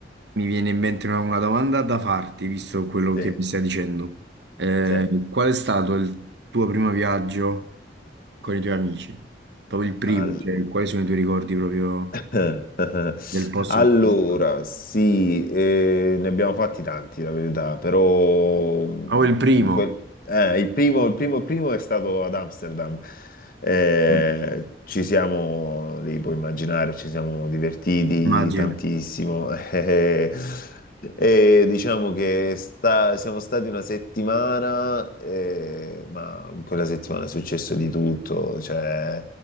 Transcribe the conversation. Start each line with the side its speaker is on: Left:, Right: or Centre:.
Right: mi viene in mente una, una domanda da farti, visto quello
Left: sì,
Right: che mi stai dicendo. Eh,
Left: sì.
Right: qual è stato il tuo primo viaggio con i tuoi amici? Proprio il primo,
Left: Allora.
Right: cioè quali sono i tuoi ricordi proprio
Left: <laughs>
Right: del posto
Left: Allora,
Right: in cui sei stato?
Left: sì, eh, ne abbiamo fatti tanti, la verità, però mh,
Right: Oh, il primo,
Left: quel- eh, il primo, il primo, il primo è stato ad Amsterdam. Eh,
Right: Mm,
Left: ci siamo, lì puoi immaginare, ci siamo divertiti
Right: immagino.
Left: tantissimo. <laughs> Eh, e diciamo che sta- siamo stati una settimana, eh, ma in quella settimana è successo di tutto. Cioè,